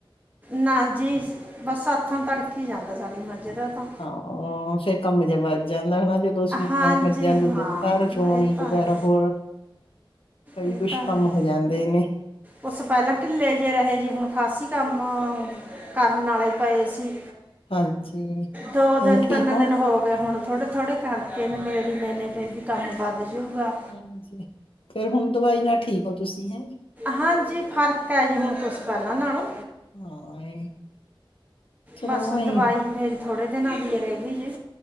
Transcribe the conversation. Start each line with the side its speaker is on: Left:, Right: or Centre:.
Right: ਨਾ ਜੀ, ਬੱਸ ਹੱਥੋਂ ਤੜਕ ਹੀ ਜਾਂਦਾ ਸਾਡੀ ਮੱਝ ਦਾ ਤਾਂ
Left: ਹ ਹੋ ਫੇ ਕੰਮ ਜੇਹਾ ਵਦ ਜਾਂਦਾ ਨਾ ਜੇ। ਦੋ ਸੂਪਣ
Right: ਹਾਂਜੀ
Left: ਮੱਜਾਂ
Right: ਹਾਂ
Left: ਦੁੱਧ, ਘਰ ਚੋਣੀ
Right: ਇਹ ਤਾਂ
Left: ਵਗੈਰਾ
Right: ਹੈ
Left: ਹੋਰ, ਕਈ
Right: ਇਹ
Left: ਕੁਛ
Right: ਤਾਂ
Left: ਕੰਮ,
Right: ਹੈ
Left: ਹੋ ਜਾਂਦੇ ਨੇ।
Right: ਉਸ ਪਹਿਲਾਂ ਢਿੱਲੇ ਜਿਹੇ ਰਹੇ ਜੀ। ਹੁਣ ਖਾਸੀ ਕੰਮ ਕਰਨ ਵਾਲੇ ਪਏ ਸੀ।
Left: ਹਾਂਜੀ
Right: ਦੋ
Left: ਹੁਣ
Right: ਦਿਨ,
Left: ਠੀਕ
Right: ਤਿੰਨ ਦਿਨ ਹੋ ਗਏ। ਹੁਣ ਥੋੜੇ- ਥੋੜੇ, ਕਰਕੇ ਮੇਰੀ ਮੈਨੇ ਫਿਰ ਵੀ ਕੰਮ ਵੱਧ ਜੂਗਾ।
Left: ਹਾਂਜੀ, ਫਿਰ ਹੁਣ ਦਵਾਈ ਨਾਲ ਠੀਕ ਹੋ। ਤੁਸੀਂ ਹੈਂ!
Right: ਹਾਂਜੀ, ਫ਼ਰਕ ਹੈ ਜੀ ਹੁਣ ਕੁਝ ਪਹਿਲਾਂ ਨਾਲੋਂ।
Left: ਹਾਂ ਇਹ। ਚਲੋ
Right: ਬੱਸ,
Left: ਆਈ
Right: ਦਵਾਈ ਵੀ ਮੇਰੀ ਥੋੜ੍ਹੇ ਦਿਨਾਂ ਦੀ ਰਹ ਗਈ ਜੇ।